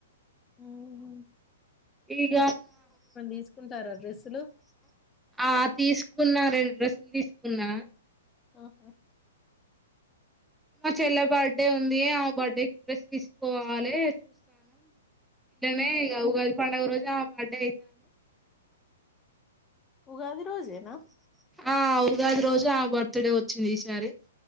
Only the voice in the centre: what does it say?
ఇగ
ఆ తీసుకున్న రెండు డ్రెస్లు తీసుకున్నా
మా చెల్లె బర్డే ఉంది ఆ బర్డే కి డ్రెస్ తీసుకోవాలె చూస్తవున్నాం <inaudible> టనే ఇగ ఉగాది పండుగ రోజు బర్డే అయితదని
ఆ ఉగాది రోజు ఆ బర్త్ డే వచ్చింది ఈసారి